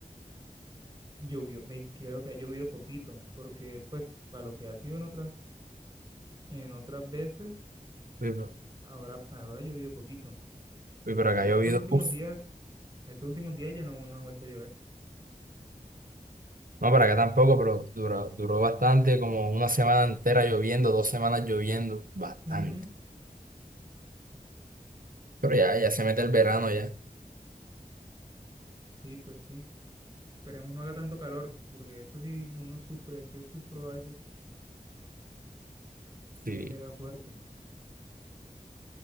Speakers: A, on the right; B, on the right.
A: Llovió, ve, creo que ha llovido poquito, porque pues para lo que ha sido en otras, en otras veces,
B: Uy, pero
A: ahora, ahora ha llovido poquito.
B: uy, pero acá
A: Ya
B: ha llovido,
A: estos últimos
B: uf.
A: días, estos últimos días ya no, no ha vuelto a llover.
B: No, para acá tampoco, pero duró, duró bastante, como una semana entera lloviendo, dos semanas lloviendo, bastante.
A: Ujú.
B: Pero ya, ya se mete el verano ya.
A: Sí, pues sí. Esperemos no haga tanto calor, porque eso sí uno sufre, yo sufro a veces si
B: Sí,
A: me pega fuerte.